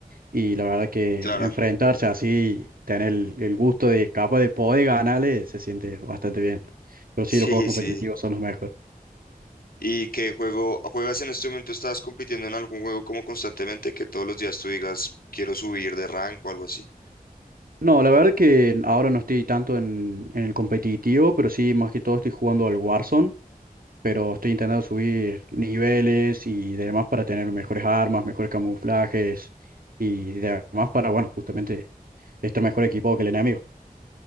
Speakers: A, on the right (about 70°); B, on the left (about 75°).
A: Y la verdad que
B: Claro,
A: enfrentarse así, tener el, el gusto de capaz de poder ganarle, se siente bastante bien. Pero
B: sí,
A: sí, los juegos competitivos
B: sí.
A: son los mejores.
B: ¿Y qué juego juegas en este momento? ¿Estás compitiendo en algún juego como constantemente que todos los días tú digas, quiero subir de rank o algo así?
A: No, la verdad que ahora no estoy tanto en, en el competitivo, pero sí, más que todo estoy jugando al Warzone, pero estoy intentando subir niveles y demás para tener mejores armas, mejores camuflajes y demás para, bueno, justamente estar mejor equipado que el enemigo.